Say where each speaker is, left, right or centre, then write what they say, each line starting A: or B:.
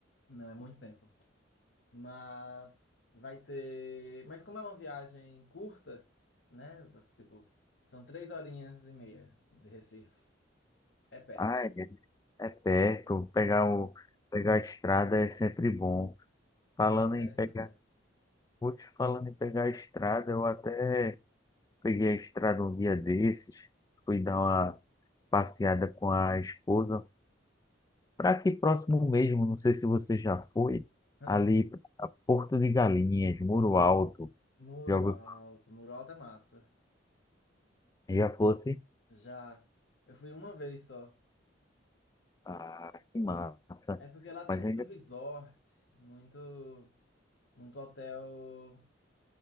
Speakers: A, on the left (about 60°); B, on the left (about 20°).
A: não é muito tempo. Mas vai ter. Mas como é uma viagem curta, né? Você, tipo, são três horinhas e meia de Recife. É perto.
B: Ah, é, é perto. Pegar, o, pegar a estrada é sempre bom. Falando
A: É perto,
B: em pegar,
A: é perto.
B: putz, falando em pegar a estrada, eu até peguei a estrada um dia desses. Fui dar uma passeada com a esposa. Para aqui próximo mesmo, não sei se você já foi,
A: Hã,
B: ali pra Porto de Galinhas, Muro Alto.
A: Muro
B: Já, ouviu-
A: Alto. Muro Alto é massa.
B: já fosse?
A: Já. Eu fui uma vez só.
B: Ah, que massa.
A: É porque lá tem
B: Mas
A: muito
B: ainda.
A: resort, muito, muito hotel